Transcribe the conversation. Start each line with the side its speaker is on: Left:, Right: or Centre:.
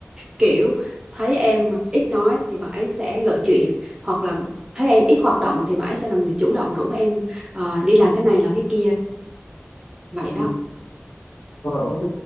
Right: kiểu thấy em ít nói thì bạn ấy sẽ gợi chuyện hoặc là thấy em ít hoạt động thì bạn ấy sẽ là người chủ động rủ em ờ, đi làm cái này làm cái kia vậy đó
Left: Ừ, Ờ, ok